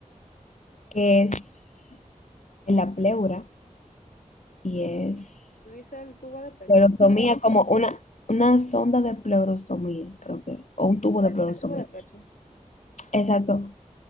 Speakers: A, on the left; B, on the left.
A: que es en la pleura y es
B: Tú dices el tubo de pecho.
A: pleurostomía, como una, una sonda de pleurostomía, creo que, o un tubo
B: El,
A: de pleurostomía.
B: el tubo de pecho.
A: Exacto.